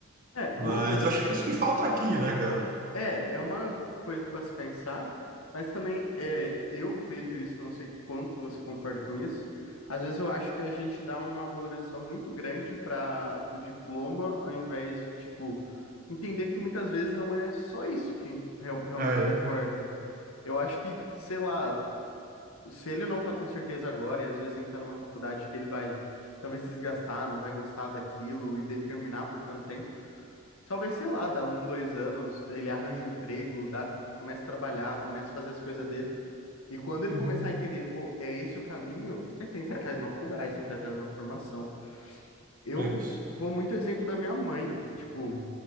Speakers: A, on the left (about 80°); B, on the right (about 40°).
A: É,
B: Mas
A: uma coisa
B: acho
A: tam-
B: que é isso que falta aqui, né, cara?
A: É, é uma coisa para se pensar, mas também é, eu vejo isso, não sei quanto você concorda com isso. Às vezes eu acho que a gente dá uma valorização muito grande para o diploma, ao invés de, tipo, entender que muitas vezes não é só isso que real- realmente
B: Ah, é?
A: importa. Eu acho que, sei lá, se ele não tá com certeza agora, e às vezes entrar numa faculdade que ele vai talvez se desgastar, não vai gostar daquilo e determinar por tanto tempo. Talvez, sei lá, dá um, dois anos, ele arranja um emprego, dá, começa a trabalhar, começa a fazer as coisas dele. E quando ele
B: Uhum.
A: começar a entender, pô, é esse o caminho, aí tem que ir atrás de uma faculdade, tem que ir atrás de uma formação. Eu
B: É isso.
A: vou muito exemplo da minha mãe. Tipo,